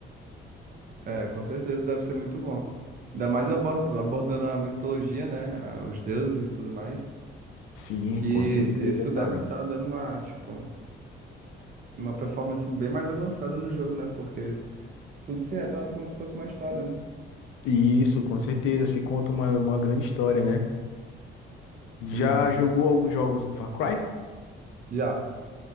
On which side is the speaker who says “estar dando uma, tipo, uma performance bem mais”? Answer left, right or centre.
Right